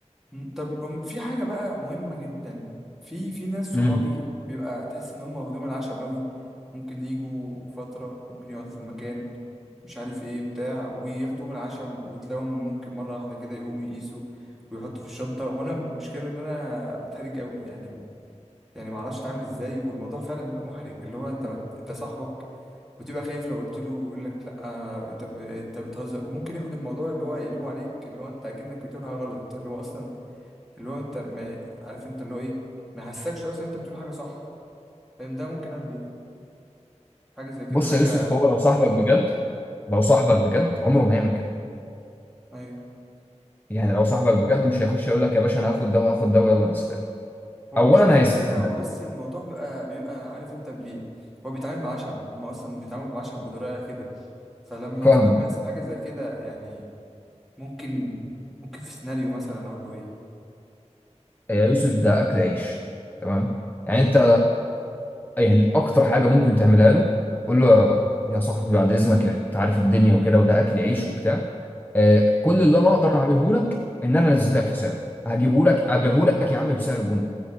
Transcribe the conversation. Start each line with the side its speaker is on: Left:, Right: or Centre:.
Centre: مم. طب أم- في حاجة بقى مهمة جدا في في ناس صحابي
Left: امم
Centre: بيبقى تحس إن هم واخدين العشم قوي ممكن يجوا فترة ممكن يقعدوا في المكان مش عارف إيه بتاع وياخدوا من العشم وتلاقيهم ممكن مرة واحدة كده يقوموا يقيسوا ويحطوا في الشنطة وأنا مشكلة إن أنا بتحرج قوي يعني يعني ما اعرفش اتعامل ازاي والموضوع فعلا بيبقى محرج اللي هو انت مت... انت صاحبك وتبقى خايف لو قلت له يقول لك لا آه، انت ب... انت بتهزر وممكن ياخد الموضوع اللي هو يقلبه عليك اللي هو انت اكنك بتعمل حاجه غلط اللي هو اصلا اللي هو انت ما عارف انت اللي هو ايه ما يحسكش اصلا انت بتقول حاجه صح فاهم ده ممكن اعمل ايه حاجه زي كده
Left: بص
Centre: حاجه
Left: يا يوسف هو لو صاحبك بجد لو صاحبك
Centre: امم
Left: بجد عمره ما هيعمل كده
Centre: ايوه
Left: يعني لو صاحبك بجد مش هيخش يقول لك يا باشا انا هاخد ده وهاخد ده ويلا مسافر
Centre: هو
Left: اولا
Centre: مش بيعمل
Left: هيستأذنك
Centre: كده هو بس الموضوع بيبقى بيبقى عارف انت بي هو بيتعامل بعشم هم اصلا بيتعاملوا بعشم بطريقه كده فلما
Left: فاهمه
Centre: فلما يحصل حاجه زي كده يعني ممكن ممكن في سيناريو مثلا اقول له ايه
Left: يا يوسف ده اكل عيش تمام يعني انت يعني اكتر حاجه ممكن تعملها له قول له يا صاحبي بعد اذنك يعني انت عارف الدنيا وكده وده اكل عيش وبتاع آه، كل اللي انا اقدر اعمله لك ان انا انزل لك في سعره هجيبه لك ابيعه لك يا عم بسعر